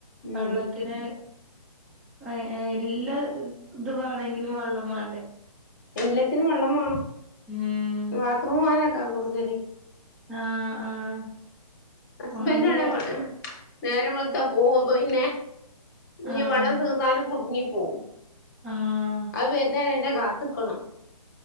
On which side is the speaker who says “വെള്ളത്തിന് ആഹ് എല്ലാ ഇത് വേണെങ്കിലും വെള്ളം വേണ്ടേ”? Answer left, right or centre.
Centre